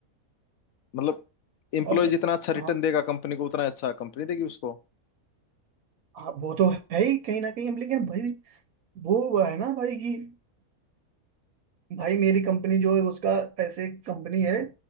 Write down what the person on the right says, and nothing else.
और
हाँ
हाँ वो तो है ही कहीं ना कहीं अब लेकिन भाई वो है ना भाई कि भाई मेरी कंपनी जो है उसका ऐसे कंपनी है